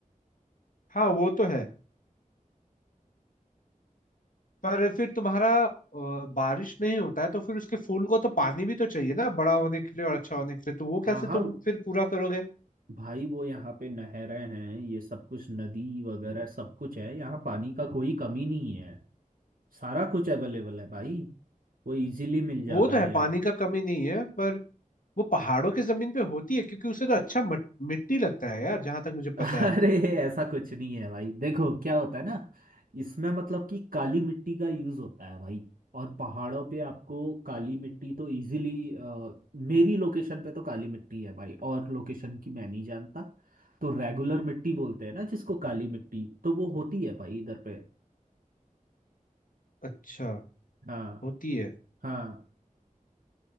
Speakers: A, on the left (about 70°); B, on the right (about 90°).
A: हाँ वो तो है पर फिर तुम्हारा अ, बारिश नहीं होता है तो फिर उसके फूल को तो पानी भी तो चाहिए ना बड़ा होने के लिए और अच्छा होने के लिए तो वो
B: हाँ
A: कैसे
B: हाँ
A: तुम फिर पूरा करोगे
B: भाई वो यहाँ पे नहरें हैं ये सब कुछ नदी वगैरह सब कुछ है यहाँ पानी का कोई कमी नहीं है सारा कुछ अवेलेबल है भाई वो इजीली मिल जाता
A: वो तो
B: है
A: है
B: यहाँ
A: पानी का कमी नहीं है पर वो पहाड़ों की जमीन पे होती है क्योंकि उसे तो अच्छा मट- मिट्टी लगता है यार जहां तक मुझे पता
B: अरे
A: है
B: ऐसा कुछ नहीं है भाई देखो क्या होता है ना इसमें मतलब कि काली मिट्टी का यूज होता है भाई और पहाड़ों पे आपको काली मिट्टी तो इजीली मेरी लोकेशन पे तो काली मिट्टी है भाई और लोकेशन की मैं नहीं जानता तो रेगुलर मिट्टी बोलते हैं ना जिसको काली मिट्टी तो वो होती है भाई इधर पे
A: अच्छा
B: हाँ
A: होती है
B: हाँ